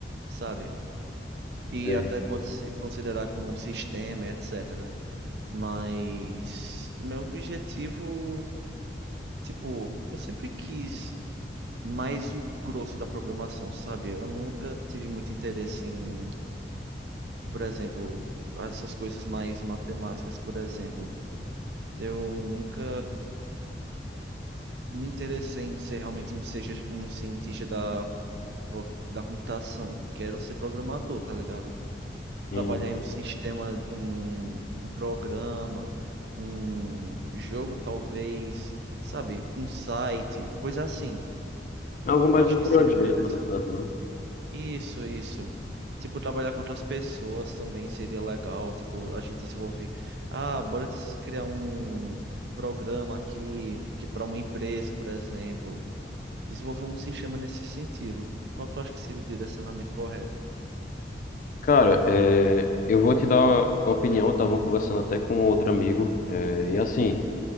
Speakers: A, on the right; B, on the left.
A: sabe? E
B: É,
A: até pode ser considerar como sistema, etc. Mas o meu objetivo, tipo, eu sempre quis mais o grosso da programação, sabe? Eu nunca tive muito interesse em, por exemplo, essas coisas mais matemáticas, por exemplo. Eu nunca me interessei em ser realmente um, seja, um cientista da, pro- da computação. Quero ser programador, tá ligado? Trabalhar
B: sim.
A: em um sistema, um, um programa, um jogo, talvez, sabe? Um site, coisa assim.
B: Algo
A: Qual
B: mais
A: tu acha
B: um
A: que
B: projeto,
A: seria o desse?
B: no caso, né?
A: Isso, isso. Tipo, trabalhar com outras pessoas também seria legal. Tipo, a gente desenvolve. Ah, bora des- criar um programa aqui que para uma empresa, por exemplo. Desenvolver um sistema nesse sentido. Qual tu acha que seria o direcionamento correto?
B: Cara, é, eu vou te dar a opinião, eu tava conversando até com outro amigo, é, e assim,